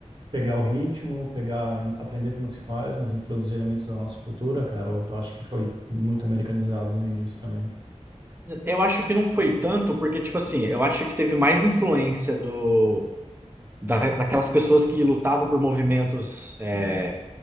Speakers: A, on the right; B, on the right.
A: pegar o ritmo, pegar, em- aprender como se faz, mas introduzir elementos da nossa cultura, cara. Ou tu acha que foi muito americanizado no início também?
B: Eu acho que não foi tanto, porque, tipo assim, eu acho que teve mais influência do da, daquelas pessoas que lutavam por movimentos é,